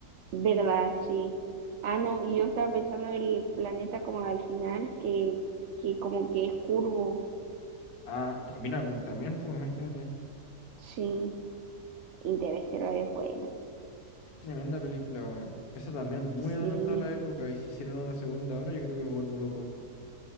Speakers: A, on the right (about 65°); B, on the left (about 80°).
A: ¿Verdad? Sí. Ah, no, y yo estaba pensando en el planeta como al final, que, que como que es curvo.
B: Ah, también, a mí- también, pues, imagínate.
A: Sí, Interestelar es buena.
B: Es tremenda película, weón. Esa también muy
A: Sí.
B: adelantada a la época y si hicieron una segunda ahora, yo creo que me vuelvo loco.